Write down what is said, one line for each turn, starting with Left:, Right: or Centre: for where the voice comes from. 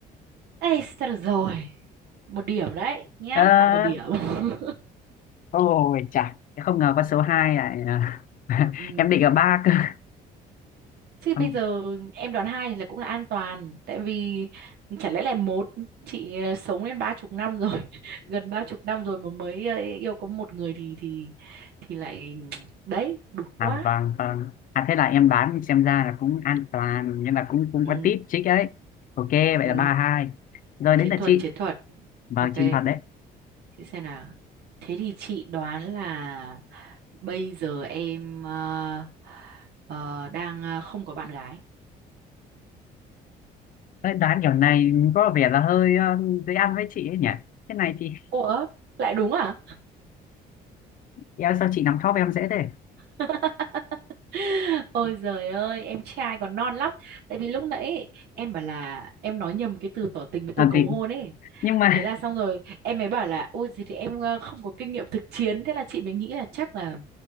Right: Ê sao được rồi. Một điểm đấy nhá,
Left: ờ,
Right: tặng một điểm. <laughs>
Left: ôi chà em không ngờ con số 2 lại à, <laughs>
Right: Ừ.
Left: em định ở ba cơ <laughs>
Right: Chứ bây
Left: Ừm,
Right: giờ em đoán hai là cũng là an toàn tại vì chả lẽ là một chị ờ, sống đến ba chục năm rồi <laughs> gần ba chục năm rồi mà mới ờ, yêu có một người thì thì thì lại <tsk> đấy đụt
Left: à
Right: quá
Left: vâng vâng à thế là em đoán xem ra là cũng an toàn nhưng là cũng cũng
Right: ừ,
Left: có tip chích ấy ok vậy
Right: ừ.
Left: là ba hai rồi
Right: chiến
Left: đến là
Right: thuật
Left: chị
Right: chiến thuật
Left: vâng
Right: ok
Left: chinh phạt đấy
Right: Chị xem nào. Thế thì chị đoán là bây giờ em ờ, ờ, đang ờ, không có bạn gái.
Left: Đấy, đoán kiểu này có vẻ là hơi ờ, dễ ăn với chị ấy nhỉ thế này thì
Right: Ủa, lại đúng à?
Left: em sao chị nắm top em dễ thế
Right: <laughs> Ôi giời ơi, em trai còn non lắm. Tại vì lúc nãy ấy, em bảo là em nói nhầm cái từ tỏ tình với từ
Left: à,
Right: cầu
Left: thì,
Right: hôn ấy.
Left: nhưng mà
Right: Thế là xong rồi, em mới bảo là ôi gì thì em ờ, không có kinh nghiệm thực chiến, thế là chị mới nghĩ là chắc là